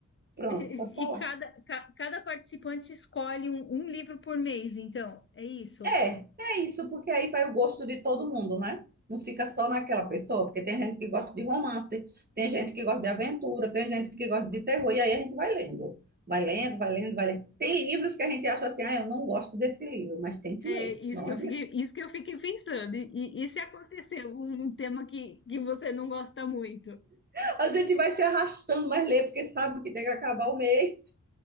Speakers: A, on the left; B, on the right.
A: <laughs>
B: Pronto,
A: e
B: pode falar.
A: cada, ca- cada participante escolhe um, um livro por mês, então, é isso.
B: É, é isso, porque aí vai o gosto de todo mundo, né? Não fica só naquela pessoa, porque tem gente que gosta de romance, tem gente que gosta de aventura, tem gente que gosta de terror, e aí a gente vai lendo. Vai lendo, vai lendo, vai lendo. Tem livros que a gente acha assim, ah, eu não gosto desse livro, mas tem que
A: É
B: ler.
A: isso
B: Não
A: que
B: adianta.
A: eu fiquei, isso que eu fiquei pensando. E, e- e se acontecer um, um tema que, que você não gosta muito?
B: <laughs> A gente vai se arrastando, mas lê, porque sabe que tem que acabar o mês.